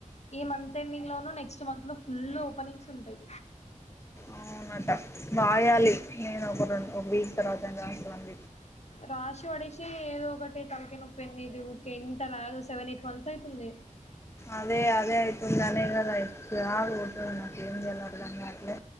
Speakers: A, on the left (about 55°); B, on the left (about 20°).
A: ఈ మంత్ ఎండింగ్ లోనో నెక్స్ట్ మంత్ లో ఫుల్ ఓపెనింగ్స్ ఉంటాయి
B: అవునట బాయాలి నేను ఒక రెం ఒక వీక్ తర్వాతఐన రాస్తనన్
A: రాశి పడిచ్చి ఏదో ఒకటి కలికిన్ పెన్నీటివ్ త అలా సేవనేట్ఒన్ ఐతుంది
B: అదే అదే అవుతుందినే కదా అతుంది నాకు ఏం వెళరుదన్న అట్లే